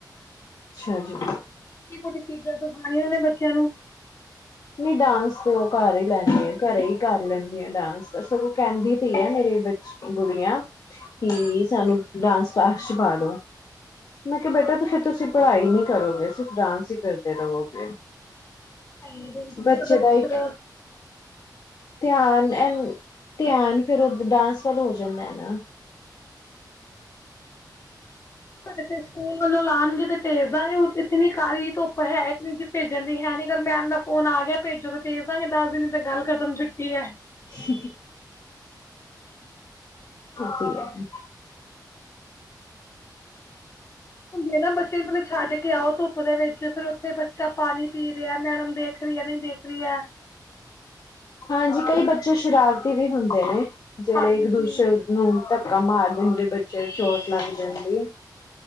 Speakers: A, on the left (about 60°); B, on the left (about 40°).
A: ਅੱਛਾ ਜੀ।
B: ਮੋਟੀ ਚੀਜ਼ਾਂ ਸਿਖਾਣੀਆਂ ਉਹ ਨੇ ਬੱਚਿਆਂ ਨੂੰ
A: ਨਹੀਂ ਡਾਂਸ ਤੇ ਉਹ ਕਰ ਹੀ ਲੈਂਦੀ ਆ ਘਰੇ ਹੀ ਕਰ ਲੈਂਦੀਆਂ ਡਾਂਸ ਤਾਂ ਸਗੋਂ ਕਹਿੰਦੀ ਪਈ ਹੈ ਮੇਰੇ ਵਿੱਚ ਗੁੜੀਆਂ ਕਿ ਸਾਨੂੰ ਡਾਂਸ ਕਲਾਸ ਚ ਪਾਦੋ ਮੈਂ ਕਿਹਾ ਬੇਟਾ ਤੇ ਫੇਰ ਤੁਸੀਂ ਪੜ੍ਹਾਈ ਨਹੀਂੀ ਕਰੋਗੇ ਸਿਰਫ ਡਾਂਸ ਹੀ ਕਰਦੇ ਰਹੋਗੇ
B: ਗਿੱਦੜ
A: ਬੱਚੇ
B: ਬੱਛੜਾ
A: ਦਾ ਇੱਕ ਧਿਆਨ ਐ ਧਿਆਨ ਫੇਿਰ ਉਹ ਡਾਂਸ ਵੱਲ ਹੋ ਜਾਂਦਾ ਹੈ ਨਾ
B: ਐ ਤੇ ਫਿਰ ਸਕੂਲ ਵੱਲੋਂ ਲਾਣਗੇ ਤੇ ਭੇਜ ਦਾਂਗੇ ਉਤ ਇਤਨੀ ਕਾਲੀ ਧੁੱਪ ਹੈ। ਭੇਜਣ ਦੀ ਹੈ ਨੀ ਅਗਰ ਮੈਂਮ ਦਾ ਫੋਨ ਆ ਗਿਆ ਭੇਜੋਗੇ ਭੇਜ ਦਾਂਗੇ ਦੱਸ ਦਿਨ ਤੇ ਗੱਲ ਖਤਮ ਛੁੱਟੀ ਐ।
A: ਸੀ ਵਧੀਆ ਜੀ।
B: ਹੁੰਦੀ ਨੇ ਨਾ ਬੱਚੇ ਨੂੰ ਪਲੇ ਛੱਡ ਕੇ ਆਓ ਧੁੱਪ ਦੇ ਵਿੱਚ ਫੇਰ ਉੱਥੇ ਬੱਚਾ ਪਾਣੀ ਪੀ ਰਿਐ, ਮੈਡਮ ਦੇਖ ਰੀ ਐ, ਨੀ ਦੇਖ ਰੀ ਐ
A: ਹਾਂਜੀ ਕਈ ਬੱਚੇ ਸ਼ਰਾਰਤੀ ਵੀ ਹੁੰਦੇ ਨੇ। ਜਿਹੜੇ
B: ਹਾਂਜੀ
A: ਇੱਕ ਦੂਸਰੇ ਨੂੰ ਹੁਣ ਤੱਕ ਕਾ ਮਾਰ ਦਿੰਦੇ ਬੱਚ ਤੇ ਚੋਟ ਲੱਗ ਜਾਂਦੀ ਏ।